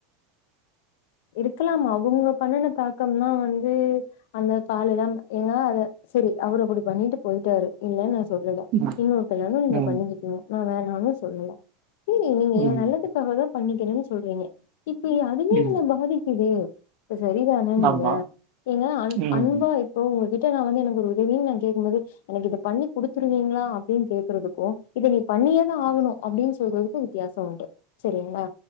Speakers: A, on the left; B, on the right.
A: இருக்கலாமா அவங்க பண்ணுன தாக்கம்தா வந்து அந்த பால எல்லா ஏங்கா அத சரி அவரு அப்படி பண்ணிட்டு போயிட்டாரு இல்ல நா சொல்லல
B: ம்.
A: இன்னொர்த்தங்கனாலே நீங்க
B: ம்.
A: பண்ணிக்கிட்டீங்க நா வேற ஒன்னு சொல்லல ம் நீங்க
B: ம்.
A: எ நல்லதுக்காகதா பண்ணிக்கரீன் சொல்றீங்க இப்ப அதுவே
B: ம்.
A: இந்த பா திக்குது இ சரிதான நீங்க
B: ஆமா.
A: எங்க அன்
B: ம்.
A: அன்பா ஓ உங்ககிட்ட நா வந்து எனக்கு ஒரு உதவின் நா கேக்கும் போது எனக்கு இது பண்ணி குடுத்துருவீங்களா அப்படின் கேக்குறதுக்கு இத நீ பண்ணியேதா ஆகணு அப்டின் சொல்றதுக்கு வித்யாசோ உண்டு சரிங்களா